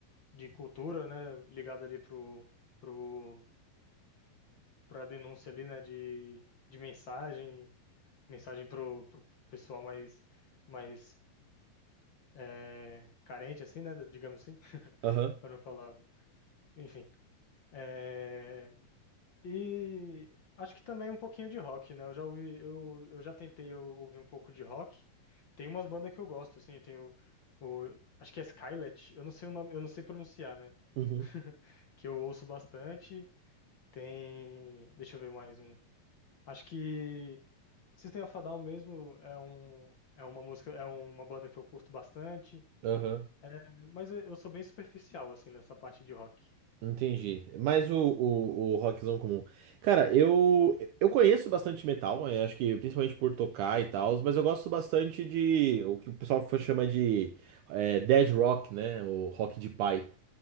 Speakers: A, on the left; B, on the right.
A: de cultura, né? Ligada ali pro, pro, pra denúncia ali, né? De, de mensagem, mensagem pro, pro pessoal mais. mais é, carente, assim, né? Digamos assim, <laughs>
B: Aham.
A: para não falar. Enfim. é, e acho que também um pouquinho de rock, né? Eu já ouvi, eu, eu já tentei eu, ouvir um pouco de rock. Tem umas bandas que eu gosto, assim, tem o, o- acho que é Skillet, eu não sei o nome, eu não sei pronunciar, né?
B: Uhum.
A: <laughs> Que eu ouço bastante. Tem, deixa eu ver mais um. Acho que System of a Down mesmo é um, é uma música, é uma banda que eu curto bastante.
B: Aham.
A: É, mas eu eu sou bem superficial, assim, nessa parte de rock.
B: Entendi. Mas o, o, o rockzão comum. Cara, eu eu conheço bastante metal,
A: Isso.
B: eu acho que principalmente por tocar e tal, mas eu gosto bastante de o que o pessoal fa- chama de é, dead rock, né? O rock de pai.